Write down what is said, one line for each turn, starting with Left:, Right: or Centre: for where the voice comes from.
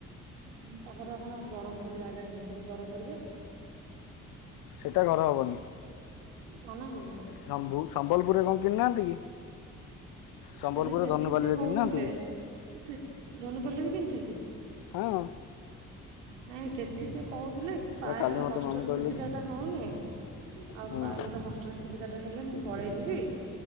Right: ତାଙ୍କର କଣ ବରହମ୍ପୁର ରେ ଜାଗା କିଣିିଛନ୍ତି ଘର କରିବେ।
Left: ସେଟା ଘର ହବନି।
Right: ମନାକଲେ।?
Left: ସମ୍ବଲପୁରରେ କଣ କିଣିନାହାନ୍ତି କି? ସମ୍ବଲପୁରରେ
Right: ହେଲେ ସେଠି
Left: ଧନୁପାଲିରେ
Right: ସେ କହୁଥିଲେ
Left: କିଣିନାହାନ୍ତି କି?
Right: ସେ ଧନୁପାଲି ରେ ବି କିଣିଛନ୍ତି!
Left: ହଁ।
Right: ନାଇଁ ସେଠି ସେ କହୁଥୁଲେ କି
Left: ସେ
Right: ପାଏଲର
Left: କାଲି ମୋତେ
Right: ହଷ୍ଟେଲ୍
Left: ମାମୁଁ କହିଲେ
Right: ସୁବିଧାଟା
Left: କି
Right: ହଉନି ଆଉ
Left: ହଁ
Right: ପାଏଲର ହଷ୍ଟେଲ ସୁବିଧାଟା ହେଲେ ମୁଁ ପଳେଇଯିବି।